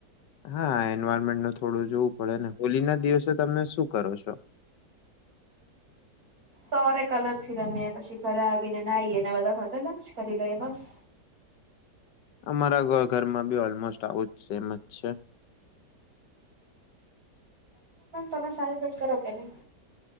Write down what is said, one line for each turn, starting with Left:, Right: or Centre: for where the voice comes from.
Left: હા, એન્વાયરમેન્ટનું થોડું જોવું પડે ને, હોલીના દિવસે તમે શું કરો છો?
Right: સવારે કલરથી રમીએ, પછી ઘરે આવીને નાઈને બધા સાથે લંચ કરી લઈએ, બસ.
Left: અમારા ઘરમાં બી ઓલમોસ્ટ આવું જ સેમ જ છે.
Right: તમે સેલિબ્રેટ કરો કે નઈ?